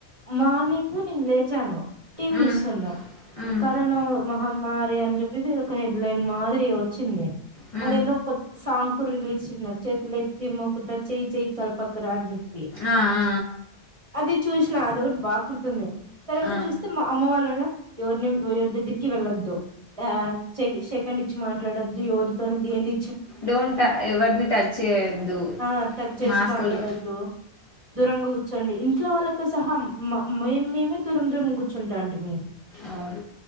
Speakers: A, on the right; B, on the left.
A: మార్నింగ్ నేను లేచాను టీవి
B: మ్
A: చూస్తున్నా
B: మ్
A: కరోనా మహమ్మ మారి అని చెప్పేసి ఒక హెడ్ లైన్ మాదిరి వచ్చింది
B: మ్
A: అదేందో కొత్త సాంగ్ కూడా రిలీజ్ చేసినారు చేతులు ఎత్తి మొక్కుతా చేయి చేయి కలపకు రా అని చెప్
B: ఆ ఆ
A: అది చూసినా అదో ఒకటి బాగా గుర్తుంది తర్వాత
B: ఆ
A: చూస్తే మా అమ్మ వాళ్ళు ఉన్నీలా ఎవరిని ఎవరి దగ్గరికి వెళ్ళొద్దు ఆ శే శెకండ్ ఇచ్చి మాట్లాడద్దు ఎవరితో దేన్ది
B: డోంట్ ఎవరిని టచ్ చేయొద్దు
A: ఆ టచ్ చేసి
B: మాస్క్లు
A: మాట్లాడొద్దు దూరంగా కూర్చోండి ఇ ఇంట్లో వాళ్ళతో సహా మ మేమే దూరం దూరం కూర్చుంటాంటిమీ
B: అవును